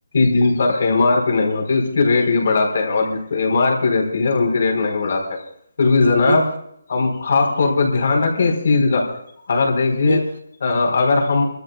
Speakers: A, on the left (about 50°); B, on the right (about 70°).
A: جی ان پر ایم ار بھی نہیں ہوتے اس کے ریٹ بھی بڑھاتے ہیں اور ایم ار پی رہے ٹھیک ہے ان کی ریٹ نہیں بڑھاتے ہیں پھر بھی
B: جی
A: جناب
B: کوئی
A: ہم خاص طور پہ دھیان رکھیں اس چیز کا اگر دیکھیے
B: جی
A: اگر ہم